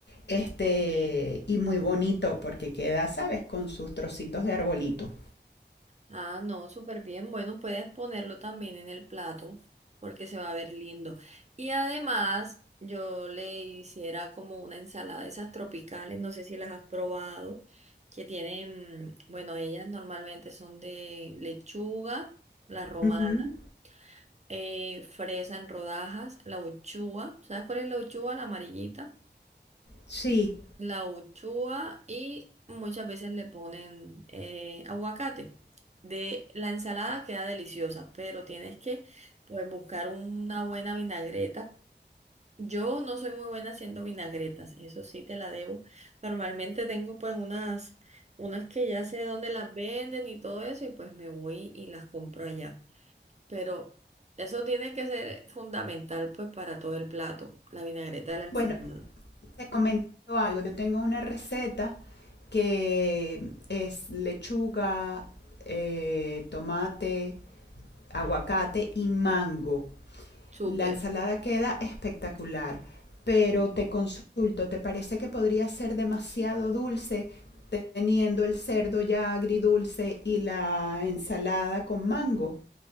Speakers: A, on the left; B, on the right.
A: este,
B: Ok.
A: y muy bonito porque queda, ¿sabes? Con sus trocitos de arbolito.
B: Ah, no, súper bien. Bueno, puedes ponerlo también en el plato porque se va a ver lindo. Y además, yo le hiciera como una ensalada de esas tropicales, no sé si las has probado, que tienen, mm, bueno, ellas normalmente son de lechuga, la romana,
A: Ujú,
B: eh, fresa en rodajas, la uchúa. ¿Sabes cuál es la uchúa? La amarillita
A: Sí.
B: la uchuva y muchas veces le ponen eh, aguacate. De la ensalada queda deliciosa, pero tienes que pues buscar una buena vinagreta. Yo no soy muy buena haciendo vinagretas, eso sí te la debo. Normalmente tengo pues unas, unas que ya sé dónde las venden y todo eso, y pues me voy y las compro allá. Pero eso tiene que ser fundamental pues para todo el plato, la vinagreta de la ensalada.
A: Bueno, te comento algo. Yo tengo una receta que es lechuga, eh, tomate, aguacate y mango.
B: Súper.
A: La ensalada queda espectacular, pero te consulto, ¿te parece que podría ser demasiado dulce teniendo el cerdo ya agridulce y la ensalada con mango?